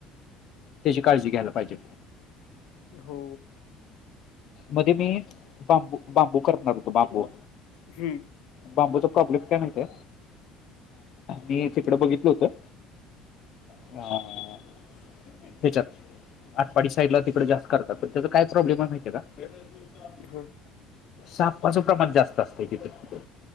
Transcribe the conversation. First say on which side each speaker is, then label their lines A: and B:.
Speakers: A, on the left; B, on the left.
A: त्याची काळजी घ्यायला पाहिजे.
B: हो.
A: मध्ये मी बांबू- बांबू करणार होतो बांबू.
B: हम्म.
A: बांबूचा प्रॉब्लेम काय माहतीय मी तिकडं बघितलं होत. <unintelligible> त्याच्यात आटपाडी साईडला तिकडे जास्त करतात तर त्याचा काय प्रॉब्लेमय माहिती ये का <inaudible>
B: <unintelligible>
A: सापाचं प्रमाण जास्त असतंय तिथं.